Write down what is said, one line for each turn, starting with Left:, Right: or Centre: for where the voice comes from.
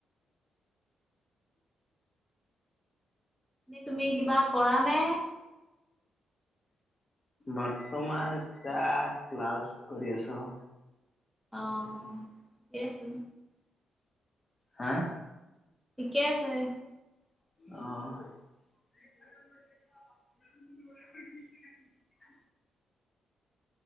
Centre: এ, তুমি কিবা কৰা নে?
Left: বৰ্তমান এটা ক্লাছ কৰি আছোঁ।
Centre: অ', ঠিকেই আছে।
Left: হাঁ
Centre: ঠিকেই আছে‌এ
Left: অ'